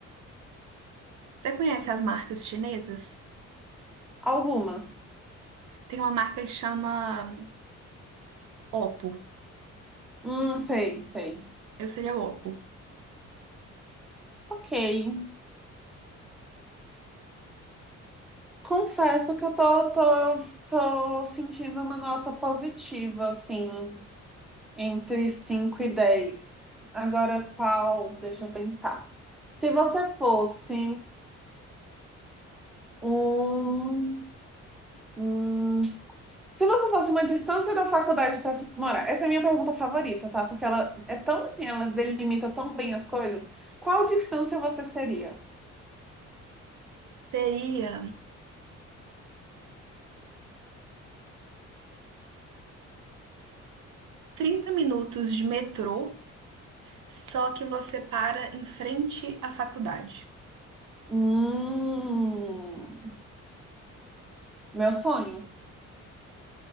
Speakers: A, on the right; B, in the centre.
A: Você conhece as marcas chinesas?
B: Algumas.
A: Tem uma marca que chama Oppo.
B: Hum, sei, sei.
A: Eu seria o Oppo.
B: Ok. Confesso que eu tô, tô, tô sentindo uma nota positiva, assim, entre 5 e 10. Agora, qual? Deixa eu pensar. Se você fosse um, um- Se você fosse uma distância da faculdade para se morar, essa é a minha pergunta favorita, tá? Porque ela é tão assim, ela delimita tão bem as coisas. Qual distância você seria?
A: Seria 30 minutos de metrô, só que você para em frente à faculdade.
B: Hum, meu sonho?